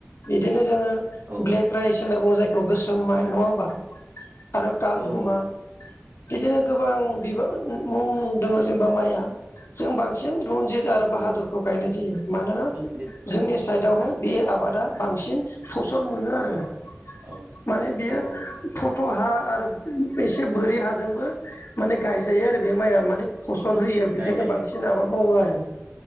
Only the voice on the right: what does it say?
औ
औ औ
औ
रनजित
औ
औ
औ
औ
औ
गायजायो
गायजायो